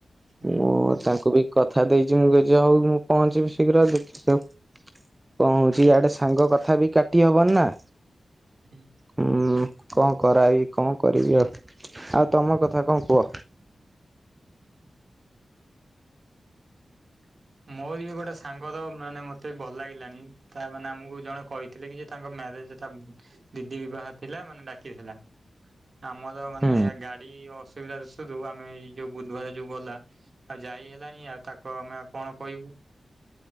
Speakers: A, on the right; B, on the right.
A: ହୁଁ
B: ମୁଁ ତାଙ୍କୁ ବି କଥା ଦେଇଚି ମୁଁ ମୁଁ ପହଞ୍ଚିବି ଶୀଘ୍ର ଆଉ ଦେଖି <unintelligible> କଣ ହଉଚି ଇଆଡେ ସାଙ୍ଗ କଥା ବି କାଟି ହବନି ନା।
A: ହୁଁ।
B: ଉଁ କଣ କରାଇବି କଣ କରିବି ଆଉ ଆଉ ତମ କଥା କଣ କୁଅ?
A: ମୋର ବି ଗୋଟେ ସାଙ୍ଗର ମାନେ ମତେ ଭଲ ଲାଗିଲାଣି ତା ମାନେ ଆମକୁ ଜଣେ କଇ ଥିଲେ କି ଯେ ତାଙ୍କ ମ୍ୟାରେଜ ଟା ଦିଦି ବିବାହ ଥିଲା ମାନେ ଡାକିଥିଲା। ଆମର ମାନେ
B: ହୁଁ
A: ଗା ଡି ଅସୁବିଧା ଦୋସୁରୁ ଆମେ ଏଇ ଯୋଉ ବୁଧୁବାରେ ଯୋଉ ଗଲା ଆଉ ଯାଇ ହେଲାଣି ଆଉ ତାକୁ ଆମେ କଣ କଇବୁ?